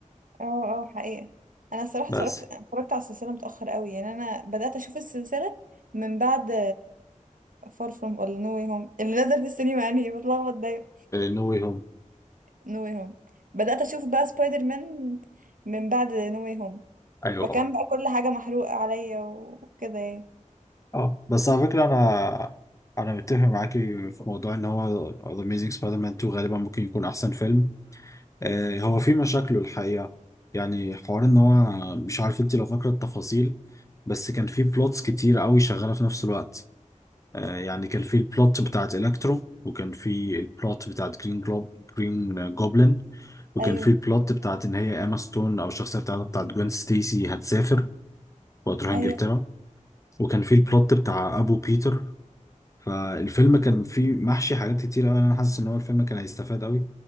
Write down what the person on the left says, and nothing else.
بس
نو واي هوم
ايوه
اه
اه بس على فكرة انا انا متفق معاكي في موضوع ان هو The Amazing Spider-Man 2 غالبا ممكن يكون احسن فيلم آه، هو في مشاكله الحقيقة يعني حوار ان هو مش عارف انت لو فاكرة التفاصيل بس كان في بلوتس كتير قوي شغالة في نفس الوقت آه، يعني كان في البلوت بتاعت الكترو وكان في البلوت بتاعت جرين جلوب جرين جوبلin وكان
في البلوت بتاعت ان هي اما ستون او الشخصية بتاعتها بتاعت جوين ستيسي هتسافر وهتروح انجلترا
وكان في البلوت بتاع ابو بيتر فالفيلم كان فيه محشي حاجات كتير قوي انا حاسس ان هو الفيلم كان هيستفاد قوي